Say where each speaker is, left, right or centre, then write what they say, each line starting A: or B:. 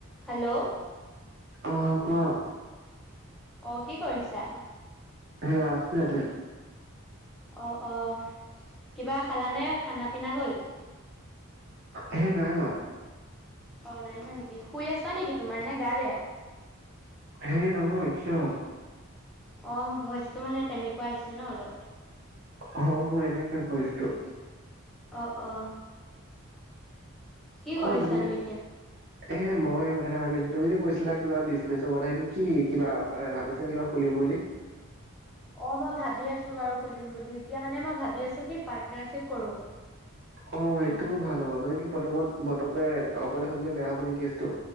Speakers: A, in the centre; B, on the right (about 50°).
A: Hello.
B: অ', কোৱা।
A: অ', কি কৰিছা।
B: হে আছো ইয়াতে।
A: অ', অ', কিবা খালানে। খানা-পিনা হ'ল।
B: সেই নাই হোৱা।
A: অ', নাই হোৱা নেকি। শুই আছা নেকি তোমাৰ, নে গা বেয়া।
B: হে নহয় কিয়।
A: অ', ভইচটো মানে তেনেকুৱা আহিছেনে অলপ।
B: অ', মই এনেকা কিৰিছু।
A: অ', অ। কি
B: অ',
A: কৰিছানো
B: তুমি যে
A: এতিয়া।
B: এ মই কথা এটা ভাবি আছিলো। তুমি যে কৈছিলা কিবা বিজনেছৰ কথা, সিইটো কি কিবা এ ভাবিছানে কিবা খুলিম বুলি।
A: অ', মই ভাবি আছো বাৰু খুলিম বুলি। এতিয়া মানে মই ভাবি আছোঁ কি পাৰ্টনাৰশিপ কৰোঁ।
B: অ', সেইটোও ভাল হ'ব মানে কি পতাপত পতককে অকলে খুলিলে বেয়া হ'ব নেকি কেছটো।